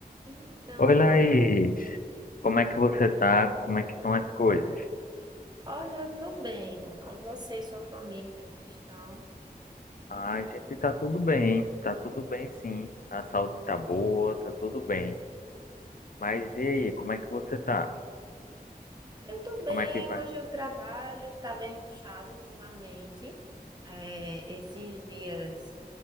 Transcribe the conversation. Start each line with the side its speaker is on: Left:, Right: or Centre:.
Right: Então,
Left: Oi, Laís.
Right: Alan,
Left: Como é que você tá? Como é que estão as coisas?
Right: olha, eu tô bem. E você e sua família, como estão?
Left: A gente tá tudo bem, tá tudo bem sim. A saúde tá boa, tá tudo bem. Mas e aí, como é que você tá?
Right: Eu tô bem,
Left: Como é que
Right: hoje
Left: vai?
Right: o trabalho tá bem puxado ultimamente. É, esses dias